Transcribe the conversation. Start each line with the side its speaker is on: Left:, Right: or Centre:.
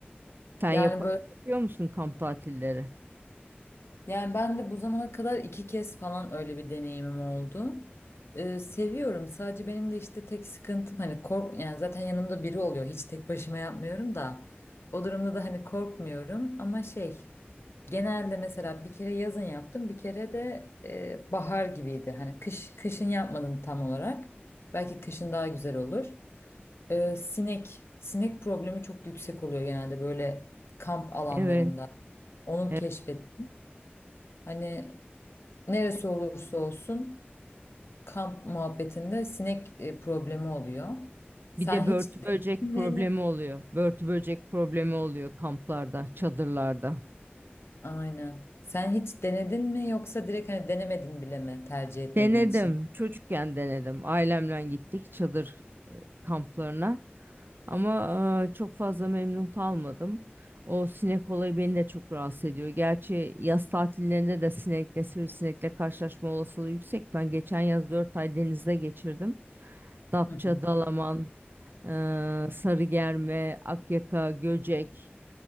Right: Sen
Left: Yani
Right: yap
Left: böyle
Right: yapıyor musun kamp tatilleri?
Left: yani ben de bu zamana kadar iki kez falan öyle bir deneyimim oldu. E, seviyorum. Sadece benim de işte tek sıkıntım hani kork yani zaten yanımda biri oluyor. Hiç tek başıma yapmıyorum da. O durumda da hani korkmuyorum ama şey Genelde mesela bir kere yazın yaptım, bir kere de e, bahar gibiydi. Hani kış kışın yapmadım tam olarak. Belki kışın daha güzel olur. E, sinek sinek problemi çok yüksek oluyor genelde böyle kamp alanlarında.
Right: Evet,
Left: Onu
Right: evet.
Left: keşfettim. Hani neresi olursa olsun kamp muhabbetinde sinek e, problemi oluyor. Sen
Right: Bir de
Left: hiç
Right: börtü
Left: denedin
Right: böcek problemi
Left: mi?
Right: oluyor. Börtü böcek problemi oluyor kamplarda, çadırlarda.
Left: Aynen. Sen hiç denedin mi yoksa direkt hani denemedin bile mi tercih etmediğin
Right: Denedim.
Left: için?
Right: Çocukken denedim. Ailemle gittik. Çadır kamplarına. Ama e, çok fazla memnun kalmadım. O sinek olayı beni de çok rahatsız ediyor. Gerçi yaz tatillerinde de sinekle, sivrisinekle karşılaşma olasılığı yüksek. Ben geçen yaz 4 ay denizde geçirdim. Datça,
Left: Hı hı.
Right: Dalaman, e, Sarıgerme, Akyaka, Göcek